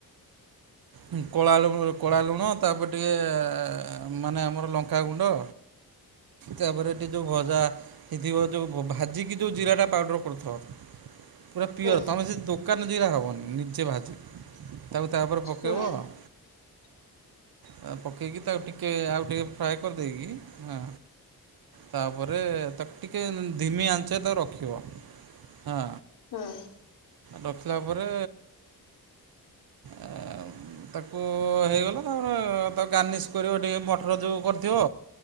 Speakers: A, on the right; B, on the left.
A: ହୁଁ କଳା ଲୁଣ କଳା ଲୁଣ ତାପରେ ଟିକେ ମାନେ ଆମର ଲଙ୍କାଗୁଣ୍ଡ। ତାପରେ ଏଠି ଯେଉଁ ଭଜା ସେଥି ଯେଉଁ ଭାଜିକି ଯେଉଁ ଜିରାଟା ପାଉଡ଼ର କରିଥାଉ। ପୁରା ପିଓର୍
B: ହୁଁ
A: ତୁମେ ସେ ଦୋକାନ ଦଇା ହେବନି ନିଜେ ଭାଜି ତାକୁ ତାପରେ ପକାଇବ
B: ହୁଁ
A: ଆ ହଁ ତା ପକେଇକି ତାକୁ ଟିକେ ଆଉ ଟିକେ ଫ୍ରାଏ କରିଦେଇକି ହଁ ତାପରେ ତାକୁ ଟିକେ ଧିମି ଆଞ୍ଚ ତାକୁ ରଖିବ ହଁ
B: ହଁ
A: ରଖିଲା ପରେ ଅ ତାକୁ ହେଇଗଲା ତାପରେ ତା ଗାର୍ନିସ୍ କରିବ ଟିକେ ମଟର ଯେଉଁ କରିଥିବ